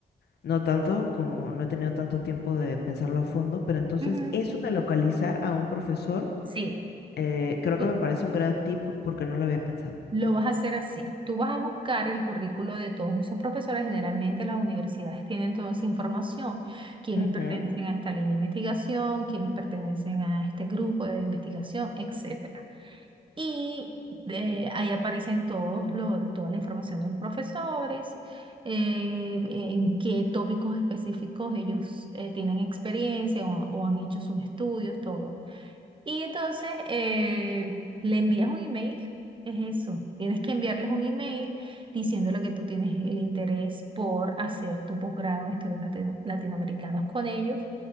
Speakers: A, on the left; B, on the right.
A: No tanto, como no he tenido tanto tiempo de pensarlo a fondo, pero entonces
B: Ujú.
A: eso de localizar a un profesor,
B: Sí,
A: eh, creo
B: tú-
A: que me parece un gran tip porque no lo había pensado.
B: lo vas a hacer así. Tú vas a buscar el currículo de todos esos profesores. Generalmente las universidades tienen toda esa información, quienes
A: Ujú.
B: pertenecen a esta línea de investigación, quienes pertenecen a este grupo de investigación, etcétera. Y de- ahí aparecen todos lo- toda la información de los profesores, eh, en qué tópicos específicos ellos eh, tienen experiencia o, o han hecho sus estudios, todo. Y entonces eh, le envías un email, es eso. Tienes que enviarles un email diciéndole que tú tienes el interés por hacer tu posgrado en estudios latino- latinoamericanos con ellos.